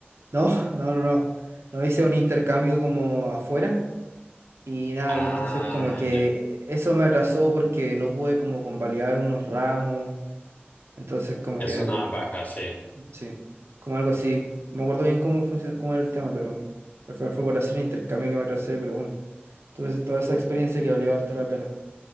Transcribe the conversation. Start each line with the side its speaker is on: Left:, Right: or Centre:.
Right: no, <laughs> no, no, no. No hice un intercambio como afuera. Y nada,
Left: Ah,
Right: y entonces como que
Left: ya.
Right: eso me atrasó porque no pude como convalidar unos ramos. Entonces como
Left: Es
Right: que,
Left: una baja, sí.
Right: sí, como algo así. No Me acuerdo bien cómo funcionó, cómo era el tema, pero al final fue por hacer un intercambio que me atrasé, pero bueno. Tuve toda esa experiencia que valió harto la pena.